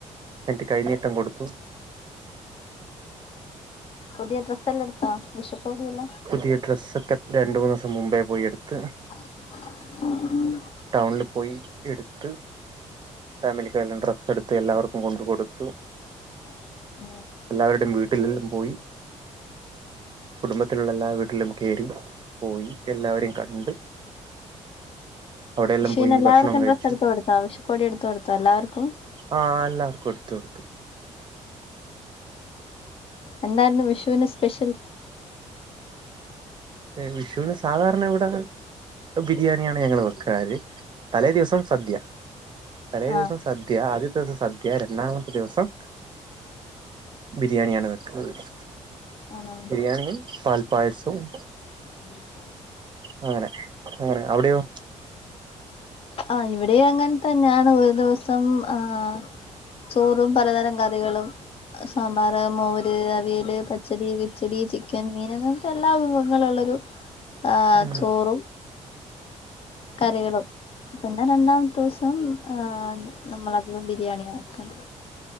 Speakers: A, on the right; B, on the left.
A: എനിക്ക് കൈനീട്ടം കൊടുത്തു
B: പുതിയ ഡ്രെസ്സെല്ലം എടുത്താ ഓദെയല്ല
A: പുതിയ ഡ്രസ്സൊക്കെ രണ്ട് മൂന്ന് ദിവസം മുമ്പേ പോയി എടുത്ത്
B: ഉ ഉഹ്
A: ട്ടൗണില് പോയി എടുത്ത് ഫാമിലിക്കല്ലംഡ്രസ് എടുത്ത് എല്ലാവർക്കും കൊണ്ട് കൊടുത്തു
B: <inaudible>
A: എല്ലാവരുടെയും വീട്ടിലെല്ലം പോയി കുടുംബത്തിലുള്ള എല്ലാ വീട്ടിലും കേറിപോയി എല്ലാവരെയും കണ്ട് ഇവിടെല്ലംപോയി
B: വിഷുവിന് എല്ലാവർക്കും
A: ഭക്ഷണം കഴിച്ചു
B: ഡ്രസ്സ് എടുത്ത് കൊടുത്തോ വിഷുക്കോടി എടുത്ത് കൊടുത്തോ എല്ലാവർക്കും
A: ആ എല്ലാവർക്കും എടുത്തു <inaudible>
B: എന്താരുന്നു വിഷുവിന് സ്പെഷ്യൽ
A: വിഷുവിന് സാധാരണ ഇവിടെ ബിരിയാണിയാണ് ഞങ്ങള് വെക്കാര് തലേ ദിവസം സദ്യ തലേ
B: ആഹ്
A: ദിവസം സദ്യാ ത് തലേ ദിവസ് സദ്യ രണ്ടാമത്തെ ദിവസം ബിരിയാണിയാണ് വെക്കുന്നത്
B: ആണോ
A: ബിരിയാണിയും പാൽപായസെവും
B: ഊ
A: അങ്ങനെ അങ്ങനെ അവിട്യൊ
B: ആ ഇവിടെ അങ്ങനെതെന്യാണ് ഒരു ദിവസം ആഹ ചോറും പലതരം കറികളും സാമ്പാറ് മോര് അവിയല് പച്ചടി കിച്ചടി ചിക്കൻ മീന് അങ്ങനത്തെ എല്ലാ വിഭവങ്ങളു ഒരു ആ
A: ഉം
B: ചോറും കറികളും <unintelligible> പിന്നെ രണ്ടാമത്തെ ദിവസം ആ നമ്മളധികം ബിരിയാണിയാണ്.